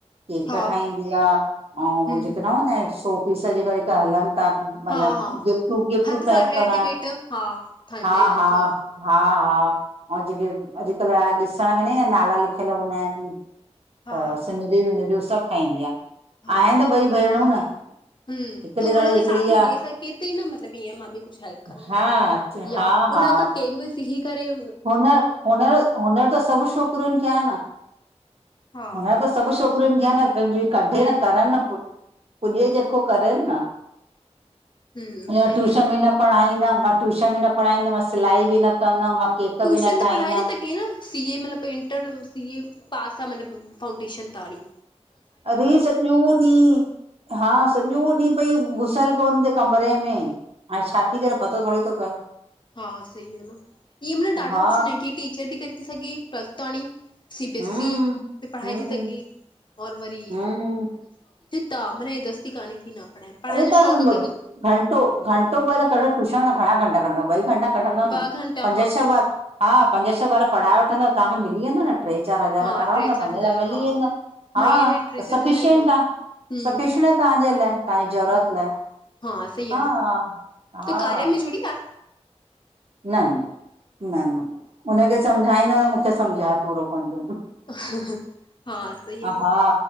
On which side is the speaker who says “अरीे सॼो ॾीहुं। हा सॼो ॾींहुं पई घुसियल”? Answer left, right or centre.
Right